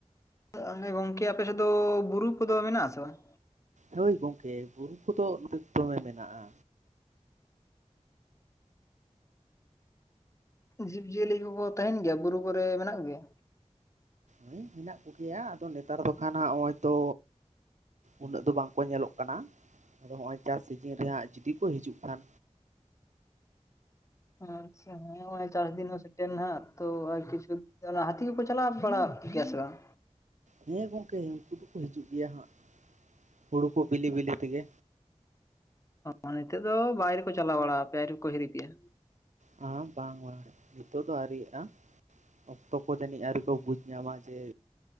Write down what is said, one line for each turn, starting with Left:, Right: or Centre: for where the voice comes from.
Left: ᱟᱮ <unintelligible> ᱜᱚᱝᱠᱮ ᱟᱯᱮ ᱥᱮᱫ ᱫᱚ ᱵᱩᱨᱩ ᱠᱚᱫᱚ ᱢᱮᱱᱟᱜ ᱟᱥᱮ ᱵᱟᱝ?
Right: ᱦᱳᱭ ᱜᱚᱢᱠᱮ ᱵᱩᱨᱩ ᱠᱚᱫᱚ ᱫᱚᱢᱮ ᱢᱮᱱᱟᱜᱼᱟ᱾
Left: ᱡᱤᱵ ᱡᱤᱭᱟᱹᱞᱤ ᱠᱚ ᱠᱚ ᱛᱟᱦᱮᱱ ᱜᱮᱭᱟ, ᱵᱩᱨᱩ ᱠᱚᱨᱮ ᱢᱮᱱᱟᱜ ᱠᱚ ᱜᱮᱭᱟ?
Right: ᱦᱮᱸ ᱢᱮᱱᱟᱜ ᱠᱚᱜᱮᱭᱟ ᱟᱫᱚ ᱱᱮᱛᱟᱨ ᱫᱚ ᱠᱷᱟᱱ ᱦᱟᱜ ᱱᱚᱜᱼᱚᱭ ᱛᱚ ᱩᱱᱟᱹᱜ ᱫᱚ ᱵᱟᱝ ᱠᱚ ᱧᱮᱞᱚᱜ ᱠᱟᱱᱟ᱾ ᱟᱫᱚ ᱦᱚᱸᱜᱼᱚᱭ ᱪᱟᱥ ᱥᱤᱡᱤᱱ ᱨᱮᱦᱟᱜ ᱡᱩᱫᱤ ᱠᱚ ᱦᱤᱡᱩᱜ ᱠᱷᱟᱱ᱾
Left: ᱟᱪᱪᱷᱟ ᱦᱚᱜ-ᱚᱭ ᱪᱟᱥ ᱫᱤᱱ ᱦᱚᱸ ᱥᱮᱴᱮᱨ ᱱᱟᱦᱟᱜ, ᱛᱚ ᱟᱨ ᱠᱤᱪᱷᱩ ᱦᱟᱹᱛᱤ ᱠᱚᱠᱚ ᱪᱟᱞᱟᱣ ᱵᱟᱲᱟᱜ <unintelligible> ᱜᱮᱭᱟ ᱥᱮ ᱵᱟᱝ?
Right: ᱦᱮᱸ ᱜᱚᱝᱠᱮ ᱩᱱᱠᱩ ᱫᱚᱠᱚ ᱦᱤᱡᱩᱜ ᱜᱮᱭᱟ ᱦᱟᱸᱜ, ᱦᱩᱲᱩ ᱠᱚ ᱵᱤᱞᱤ ᱵᱤᱞᱤ ᱛᱮᱜᱮ᱾
Left: ᱚᱸ ᱱᱤᱛᱚᱜ ᱫᱚ ᱵᱟᱭᱨᱮ ᱠᱚ ᱪᱟᱞᱟᱣ ᱵᱟᱲᱟᱣ ᱯᱮᱭᱟ ᱟᱹᱣᱨᱤ ᱠᱚ ᱦᱤᱨᱤ ᱯᱮᱭᱟ?
Right: ᱦᱮᱸ ᱵᱟᱝ ᱵᱟᱝ ᱱᱤᱛᱚᱜ ᱫᱚ ᱟᱹᱣᱨᱤᱭᱟᱜᱼᱟ᱾ ᱚᱠᱛᱚ ᱠᱚ ᱡᱟᱹᱱᱤᱡ ᱟᱹᱣᱨᱤ ᱠᱚ ᱵᱩᱡᱽ ᱧᱟᱢᱟᱦᱟᱜ ᱡᱮ